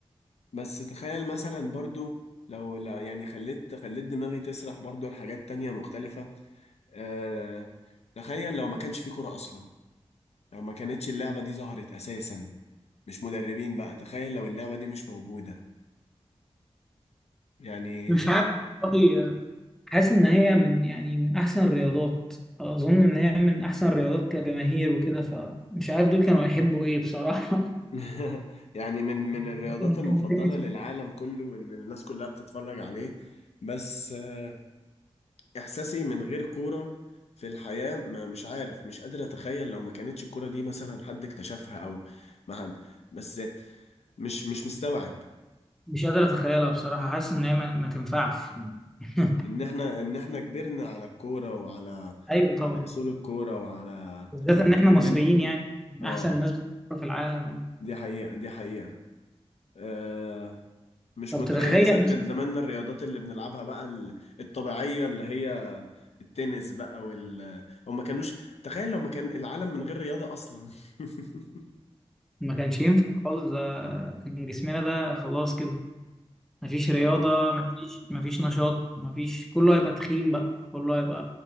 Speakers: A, on the left (about 75°); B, in the centre.
A: بس تخيل مثلا برضو لو لا يعني خليت خليت دماغي تسرح برضو لحاجات تانية مختلفة أه تخيل لو ما كانش في كورة اصلا لو ما كانتش اللعبة دي ظهرت اساسا مش مدربين بقى تخيل لو اللعبة دي مش موجودة يعني
B: مش عارف والله حاسس ان هي من يعني من احسن الرياضات اظن ان هي من احسن الرياضات كجماهير وكده فمش عارف دول كانوا هيحبوا ايه بصراحه <laughs>
A: <laughs> يعني من من الرياضات
B: ممكن يحبوا
A: المفضلة
B: تنس
A: للعالم
B: مثلاً.
A: كله وإن الناس كلها بتتفرج عليه بس آه، إحساسي من غير كورة في الحياة ما مش عارف مش قادر أتخيل لو ما كانتش الكورة دي مثلا حد اكتشفها أو ما بس مش مش مستوعب
B: مش قادر اتخيلها بصراحه حاسس ان هي ما, ما تنفعش يعني <laughs>
A: إن إحنا إن إحنا كبرنا على الكورة وعلى
B: ايوه طبعا
A: وعلى أصول الكورة وعلى
B: بالذات ان احنا مصريين
A: ربنا
B: يعني من
A: آه
B: احسن الناس بتلعب في العالم يعني
A: دي حقيقة دي حقيقة آه، مش
B: طب
A: متخيل
B: تتخيل
A: مثلا
B: مثلا
A: كان زماننا الرياضات اللي بنلعبها بقى ال- الطبيعية اللي هي التنس بقى وال او ما كانوش تخيل لو ما كان العالم من غير رياضة اصلا <laughs>
B: ما كانش ينفع خالص ده كان جسمنا ده خلاص كده مفيش رياضة
A: آه.
B: مفيش مفيش نشاط مفيش كله هيبقى تخين بقى كله هيبقى